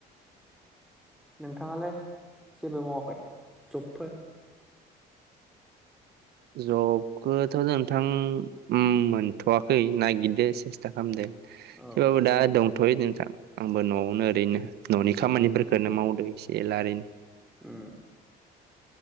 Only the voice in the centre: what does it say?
नोंथाङालाय जेबो मावाखै जबफोर?
औ
उम
ओ